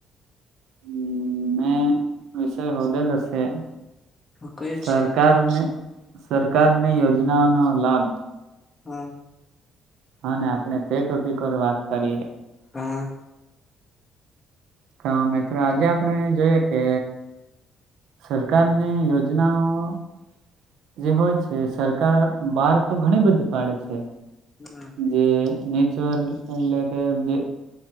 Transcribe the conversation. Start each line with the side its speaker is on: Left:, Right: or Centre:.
Right: હમ્મ મેં વિષય હોદેલો છે
Left: કયો જ
Right: સરકાર
Left: છે
Right: ને સરકારની યોજનાઓનો લાભ
Left: હા
Right: હા આપણે તે ટોપિક પર વાત કરીએ
Left: હા
Right: તો મિત્રો આજે આપણે જોઈએ કે સરકાર ની યોજના જેના જે હોય છે સરકાર બહાર તો ઘણી બધી પાડે છે
Left: હા
Right: જે નેચર એટલે કેેજ જે